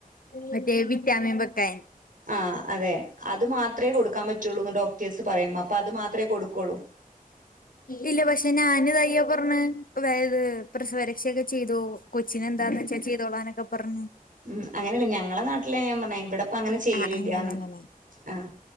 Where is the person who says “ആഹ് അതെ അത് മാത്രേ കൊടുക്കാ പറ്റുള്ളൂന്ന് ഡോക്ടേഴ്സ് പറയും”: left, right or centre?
Right